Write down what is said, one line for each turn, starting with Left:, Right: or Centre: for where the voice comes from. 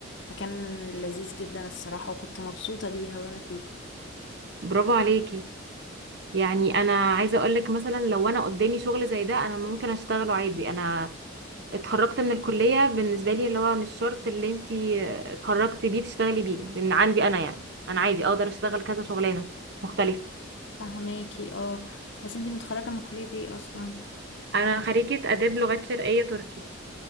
Left: فكان لذيذ جدا الصراحه وكنت مبسوطه بيها وانا فيها
Right: برافو عليكي يعني انا عايزه اقول لك مثلا لو انا قدامي شغل زي ده انا ممكن اشتغله عادي انا اتخرجت من الكليه بالنسبه لي اللي هو مش شرط اللي انتي اتخرجتي بيه تشتغلي بيه لان عندي انا يعني انا عادي اقدر اشتغل كذا شغلانه مختلفه
Left: فهماكي اه بس انتي متخرجه من كليه ايه اصلا
Right: انا خريجه اداب لغات شرقيه تركي